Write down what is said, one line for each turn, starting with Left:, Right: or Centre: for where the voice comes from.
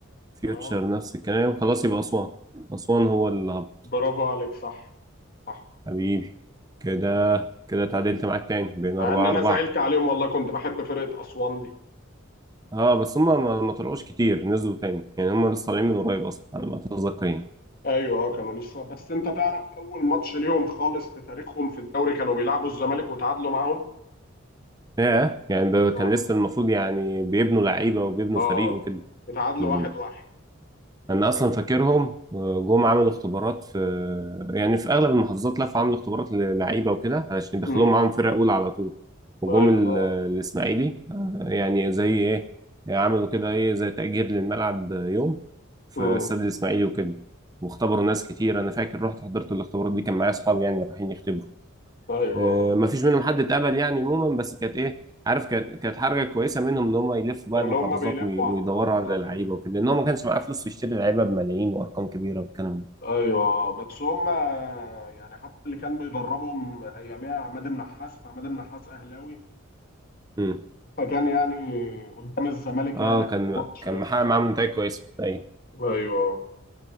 Right: فيوتشر
Left: تمام
Right: نفس الكلام خلاص يبقى أسوان أسوان هو اللي هبط
Left: برافو عليك صح صح
Right: حبيبي كده كده اتعادلت معاك تاني بين أربعة
Left: مع ان انا
Right: أربعة
Left: زعلت عليهم والله كنت بحب فرقة اسوان دي
Right: اه بس هما ما ما طلعوش كتير نزلوا تاني يعني هما لسه طالعين من قريب أصلا على ما أتذكر يعني
Left: ايوه آه، كانوا لسه بس انت تعرف اول ماتش ليهم خالص في تاريخهم في الدوري كانوا بيلعبوا الزمالك وتعادلوا معاهم
Right: ياه يعني ده كان
Left: اه
Right: لسه المفروض يعني بيبنوا لعيبة وبيبنوا
Left: اه
Right: فريق وكده
Left: اتعادلوا
Right: مم.
Left: واحد واحد
Right: انا اصلا فاكرهم آه، جم عملوا اختبارات في يعني في اغلب المحافظات لفوا عملوا اختبارات للعيبه وكده علشان يدخلوهم
Left: امم
Right: معاهم فرقه اولى على طول وجم
Left: ايوه
Right: ال-
Left: اه
Right: الاسماعيلي آه، يعني زي ايه عملوا كده ايه زي تأجير للملعب يوم في
Left: امم
Right: استاد الاسماعيلي وكده واختبروا ناس كتير انا فاكر رحت حضرت الاختبارات دي كان معايا اصحابي يعني رايحين يختبروا
Left: ايوه
Right: آه،
Left: آه.
Right: ما فيش منهم حد اتقبل يعني عموما بس كانت ايه عارف كانت كانت حركه كويسه منهم ان هم يلفوا بقى
Left: ان
Right: المحافظات
Left: هم بيلفوا
Right: وي-
Left: على
Right: ويدوروا
Left: المحافظات
Right: على لعيبه
Left: وكده
Right: وكده لان هو ما كانش معاه فلوس يشتري لعيبه بملايين وارقام كبيره والكلام ده
Left: ايوه آه. بس هم يعني حتى اللي كان بيدربهم اياميها عماد النحاس عماد النحاس اهلاوي
Right: امم
Left: فكان يعني قدام الزمالك
Right: اه
Left: يعني
Right: كان
Left: ماتش
Right: كان محقق معاهم نتائج كويسه ايوه
Left: ايوه آه.